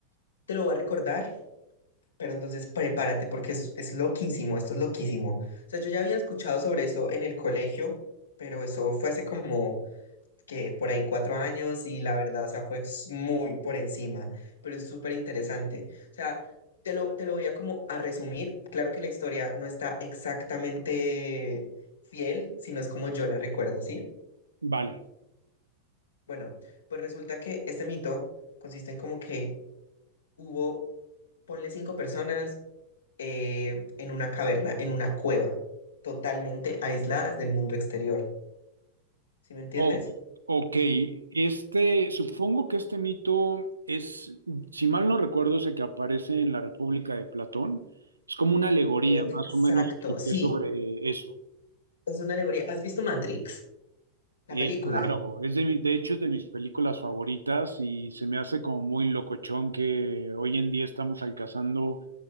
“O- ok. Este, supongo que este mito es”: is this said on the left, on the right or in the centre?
Right